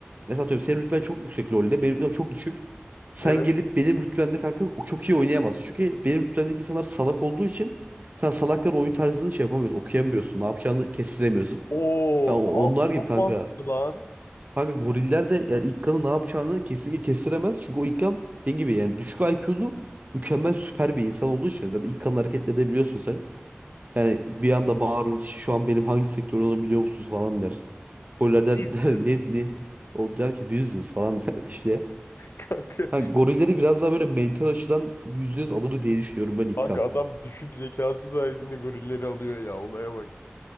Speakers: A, on the right; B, on the left.
A: mesela atıyorum senin rütben çok yüksek LoL'de benim rütbem çok düşük. Sen
B: Evet.
A: gelip benim rütbemde kanka o çok iyi oynayamazsın. Çünkü benim rütbemdeki insanlar salak olduğu için sen salakların oyun tarzını şey yapamıyorsun, okuyamıyorsun, ne yapacağını kestiremiyorsun.
B: Oo,
A: Ha, o-
B: a-
A: onlar
B: çok
A: gibi kanka.
B: mantıklı lan.
A: Kanka goriller de yani İkkan'ın ne yapacağını kesinlikle kestiremez. Çünkü o İkkan dediğim gibi yani düşük IQ'lu mükemmel süper bir insan olduğu için. Zaten İkkan'ın hareketlerini de biliyorsun sen. Yani bir anda bağırır "İşte şu an benim hangi sektör olduğumu biliyor musunuz falan der. Goriller der,
B: Business.
A: der ne ne? O der ki business falan der <laughs> işte.
B: <laughs> Kanka,
A: Ha, gorilleri biraz daha böyle mental açıdan %100 alır diye düşünüyorum ben İlkan.
B: kanka adam düşük zekası sayesinde gorilleri alıyor ya. Olaya bak.